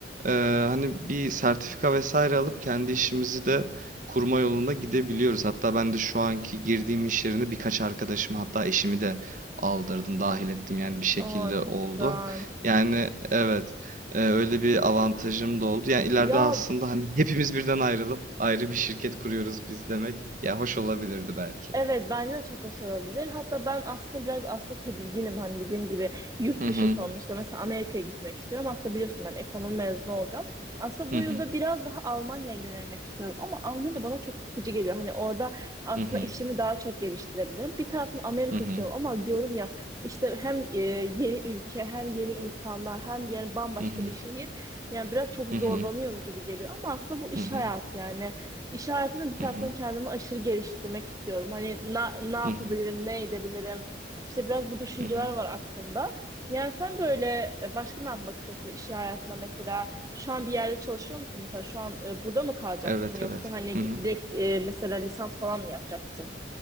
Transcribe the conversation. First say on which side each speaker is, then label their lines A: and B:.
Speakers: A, on the right; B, on the right.
A: eee, hani bir sertifika vesaire alıp kendi işimizi de kurma yolunda gidebiliyoruz. Hatta ben de şu anki girdiğim iş yerine birkaç arkadaşım hatta eşimi de aldırdım, dahil ettim. Yani bir şekilde
B: Aa çok
A: oldu.
B: güzel.
A: Yani evet, e, öyle bir avantajım da oldu. Yani ileride
B: Ya
A: aslında hani hepimiz birden ayrılıp ayrı bir şirket kuruyoruz biz demek. Ya hoş olabilirdi belki.
B: Evet bence de çok hoş olabilir. Hatta ben aslında biraz aslında tedirginim hani dediğim gibi yurt
A: Hı
B: dışı
A: hı.
B: sonuçta mesela Amerika'ya gitmek istiyorum. Aslında biliyorsun ben ekonomi mezunu olacağım. Aslında
A: Hı
B: bu
A: hı.
B: yılda biraz daha Almanya'ya yönelmek istiyorum ama Almanya da bana çok sıkıcı geliyor. Hani orada aslında
A: Hı hı.
B: işimi daha çok geliştirebilirim. Bir taraftan Amerika
A: Hı hı.
B: istiyorum ama diyorum ya işte hem e, yeni ülke hem yeni insanlar hem yeni bambaşka
A: Hı hı.
B: bir şehir. Yani biraz çok
A: Hı
B: zorlanıyorum
A: hı.
B: gibi geliyor ama aslında bu iş
A: Hı hı.
B: hayatı yani. İş hayatında bir taraftan
A: Hı hı.
B: kendimi aşırı geliştirmek istiyorum. Hani na- ne yapabilirim,
A: Hı hı.
B: ne edebilirim? İşte biraz bu düşünceler
A: Hı hı.
B: var aklımda. Yani sen böyle e, başka ne yapmak istiyorsun iş hayatında mesela? Şu an bir yerde çalışıyor musun? Mesela şu an e, burada mı kalacaksın
A: Evet
B: yoksa
A: evet.
B: hani
A: Hı hı.
B: direkt e, mesela lisans falan mı yapacaksın?